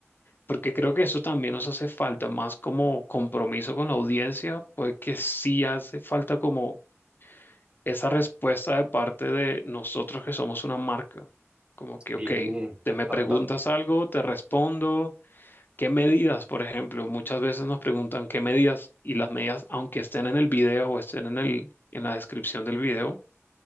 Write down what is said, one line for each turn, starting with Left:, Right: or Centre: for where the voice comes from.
Left: porque creo que eso también nos hace falta, más como compromiso con la audiencia, porque sí hace falta como esa respuesta de parte de nosotros que somos una marca, como que,
Right: Sí,
Left: ok,
Right: ta-
Left: te me
Right: ta-
Left: preguntas
Right: ta-
Left: algo, te respondo, ¿qué medidas, por ejemplo? Muchas veces nos preguntan qué medidas y las medidas, aunque estén en el video o estén en el, en la descripción del video.